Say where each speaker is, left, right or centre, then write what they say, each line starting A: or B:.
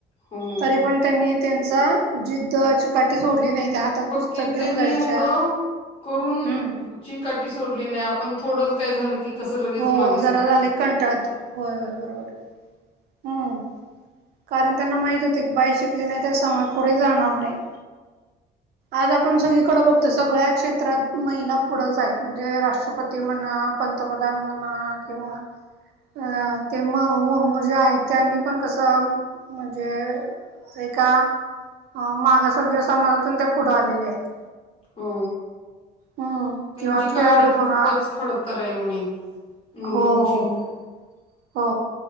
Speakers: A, on the left (about 35°); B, on the right (about 70°).
A: हो
B: तरी पण त्यांनी त्यांचा जिद्द चिकाटी सोडली नाही त्या हातात
A: बकी
B: पुस्तक घेऊन
A: त्यांनी
B: जायच्या.
A: एवढं करून
B: हम्म
A: शिका सोडली नाही आपण थोडं काय झालं की कसं लगेच
B: हो
A: मागे
B: जरा
A: सरकतो
B: झाले कंटाळतो होय होय बरोबर हम्म. कारण त्यांना माहित होते की बाहे शिकली नाही तर समाज पुुढे जाणार नाही आज आपण सगळीकडे बघतो सगळ्या क्षेत्रात महिला पुढंच आहेत म्हणजे राष्ट्रपती म्हणा पंतप्रधान म्हणा किव्हा अ ते मुर्मू जे आहेत त्यांनी पण कसं म्हणजे एका अ मागासवर्गीय समाजातून त्या पुढे आलेल्या आहेत
A: हो
B: हम्म
A: त्यांची
B: किंवा खेळाडू
A: कहाणी तर
B: म्हणा
A: खूपच खडत तर आहे म्हणे मुर्मूंची
B: हो हो हो